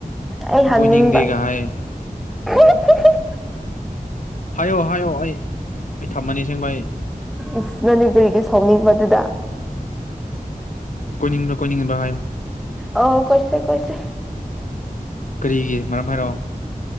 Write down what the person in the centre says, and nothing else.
ꯑꯩ ꯍꯪꯅꯤꯡꯕ
<unintelligible>
ꯏꯁ ꯃꯅꯤꯄꯨꯔꯤꯒꯤ ꯁꯥꯎꯅꯤꯡꯕꯗꯨꯗ
ꯑꯣ ꯀꯣꯏꯁꯦ ꯀꯣꯏꯁꯦ